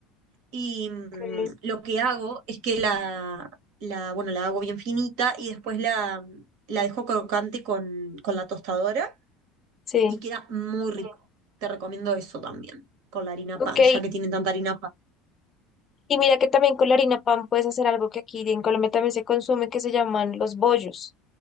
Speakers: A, on the right; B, on the left.
A: Y mm,
B: Ok.
A: lo que hago es que la, la, bueno, la hago bien finita y después la, mm, la dejo crocante con, con la tostadora
B: Sí.
A: y queda muy rico. Te recomiendo eso también, con la harina
B: Ok,
A: pan, ya que tienen tanta harina pan.
B: Y mira que también con la harina pan puedes hacer algo que aquí en Colombia también se consume, que se llaman los bollos.